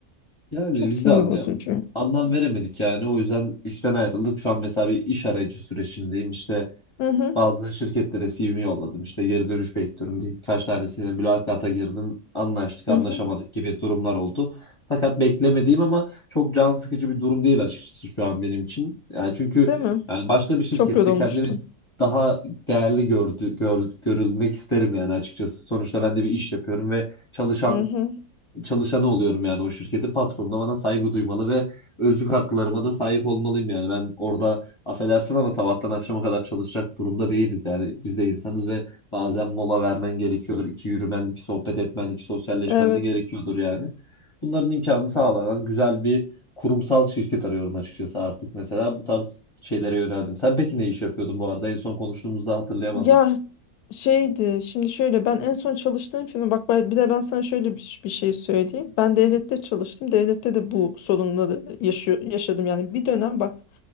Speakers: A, on the left; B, on the left.
A: Yani
B: Çok
A: biz
B: sinir
A: de anla-
B: bozucu.
A: anlam veremedik yani. O yüzden işten ayrıldık. Şu an mesela bir iş arayıcı sürecindeyim. İşte
B: Hı hı,
A: bazı şirketlere CV'mi yolladım. İşte geri dönüş bekliyorum. Birkaç tanesine mülakata girdim. Anlaştık, anlaşamadık
B: hı hı.
A: gibi durumlar oldu. Fakat beklemediğim ama çok can sıkıcı bir durum değil açıkçası şu an benim için. Yani çünkü
B: Değil mi?
A: yani başka bir şirkette
B: Çok yorulmuştun.
A: kendimi daha değerli gördü, gör- görülmek isterim yani açıkçası. Sonuçta ben de bir iş yapıyorum ve çalışan
B: Hı hı.
A: çalışanı oluyorum yani o şirketin patronu da bana saygı duymalı ve özlük haklarıma da sahip olmalıyım yani ben orada affedersin ama sabahtan akşama kadar çalışacak durumda değiliz yani biz de insanız ve bazen mola vermen gerekiyordur iki yürümen iki sohbet etmen iki sosyalleşmen
B: Evet.
A: de gerekiyordur yani bunların imkanını sağlanan güzel bir kurumsal şirket arıyorum açıkçası artık mesela bu tarz şeylere yöneldim sen peki ne iş yapıyordun bu arada en son konuştuğumuzda hatırlayamadım
B: Ya şeydi şimdi şöyle ben en son çalıştığım firma bak ben- bir de ben sana şöyle bir, bir şey söyleyeyim. Ben devlette çalıştım. Devlette de bu sorunları yaşıyor, yaşadım. Yani bir dönem bak